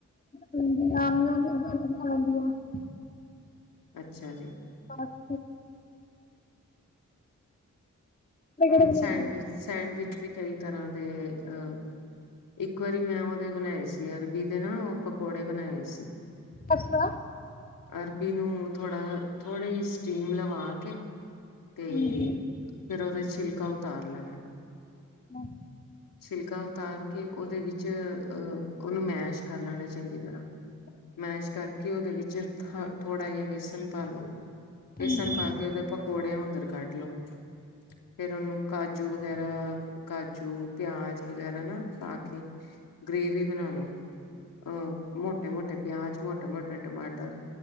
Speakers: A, on the left; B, on the left.
A: ਲੈਂਦੀ ਆਦੀਣਾ ਲੈਂਦੀ ਆ <unintelligible>
B: ਅੱਛਾ ਜੀ
A: ਬੱਸ ਕਿਹੜੇ
B: ਹਮ
A: ਕਿਹੜੇ ਬਣਾਉਂਦੇ
B: ਸੈਂਡਵਿਚ
A: ਹੋ
B: ਸੈਂਡਵਿਚ ਵੀ ਕਈ ਤਰ੍ਹਾਂ ਦੇ ਅਹ ਇੱਕ ਵਾਰੀ ਮੈਂ ਉਹਦੇ ਬਣਾਏ ਸੀ ਅਰਬੀ ਦੇ ਨਾ ਉਹ ਪਕੌੜੇ ਬਣਾਏ ਸੀ
A: ਅੱਛਾ
B: ਅਰਬੀ ਨੂੰ ਥੋੜ੍ਹਾ ਥੋੜੀ ਜਿਹੀ ਸਟੀਮ ਲਵਾ ਕੇ ਤੇ
A: ਹਾਂਜੀ
B: ਫਿਰ ਉਹਦੇ ਛਿਲਕਾ ਉਤਾਰ ਲੈਣਾ
A: ਹਮ
B: ਸਿਲਕਾ ਉਤਾਰ ਕੇ ਉਹਦੇ ਵਿੱਚ ਅਹ ਉਹਨੂੰ ਮੈਸ਼ ਕਰ ਲੈਣਾ ਚੰਗੀ ਤਰ੍ਹਾਂ ਮੈਸ਼ ਕਰਕੇ ਉਹਦੇ ਵਿੱਚ ਜ ਥੋੜਾ ਜਿਹਾ ਬੇਸਨ ਪਾ ਲ ਲੋ
A: ਹਾਂਜੀ
B: ਇਸ ਸਨ ਪਾ ਕੇ ਉਹਦੇ ਆਪਾਂ ਕੋੋੜੇ ਵਾਂਗਰ ਕੱਢ ਲੋ ਫੇਰ ਉਹਨੂੰ ਕਾਜੂ ਵਗੈਰਾ ਕਾਜੂ ਪਿਆਜ ਵਗੈਰਾ ਨਾ ਪਾ ਕੇ ਗ੍ਰਵੀ ਬਣਾ ਲੋ ਅਹ ਮੋਟੇ ਮੋਟੇ ਪਿਆਜ ਮੋਟੇ ਮੋਟੇ ਟਮਾਟਰ